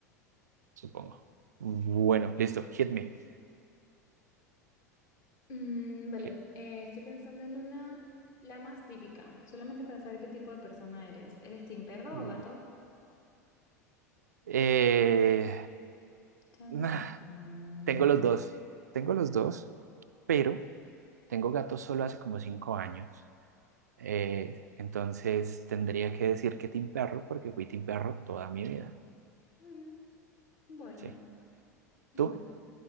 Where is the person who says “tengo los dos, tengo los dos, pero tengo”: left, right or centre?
Right